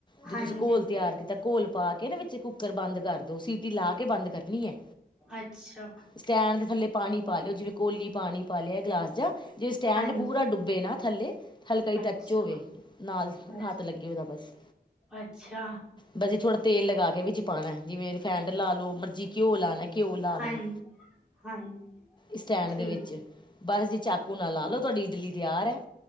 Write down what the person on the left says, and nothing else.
ਜੇ
ਤੁਸੀਂ ਘੋਲ ਤਿਆਰ ਕੀਤਾ ਘੋਲ, ਪਾ ਕੇ ਨਾ ਵਿੱਚ ਕੁੱਕਰ ਬੰਦ ਕਰ ਦੋ ਸੀਟੀ ਲਾ ਕੇ ਬੰਦ ਕਰਨੀ ਹੈ,
ਸਟੈਂਡ ਦੇ ਥੱਲੇ ਪਾਣੀ ਪਾ ਲਿਓ, ਜਿਵੇਂ ਕੋਲੀ ਪਾਣੀ ਪਾ ਲਿਆ ਗਲਾਸ ਜਾਂ ਜਿਵੇਂ ਸਟੈਂਡ
ਪੂਰਾ ਡੁੱਬੇ ਨਾ, ਥੱਲੇ ਹਲਕਾ ਹੀ
ਟੱਚ ਹੋਵੇ, ਨਾਲ
ਹੱਥ ਲੱਗੇ ਉਹਦਾ ਬਸ
ਬਸ ਜੀ ਥੋੜਾ, ਤੇਲ ਲਗਾ ਕੇ ਵਿੱਚ ਪਾਣਾ ਜਿਵੇਂ ਰਿਫੈਂਡ ਲਾ ਲੋ ਮਰਜੀ ਘਿਓ ਲਾਣਾ ਘਿਓ ਲਾ ਲੋ,
ਸਟੈਂਡ
ਦੇ ਵਿੱਚ ਬਸ ਜ ਚਾਕੂ ਨਾ ਲਾ ਲੋ ਤੁਹਾਡੀ ਇਡਲੀ ਤਿਆਰ ਹੈ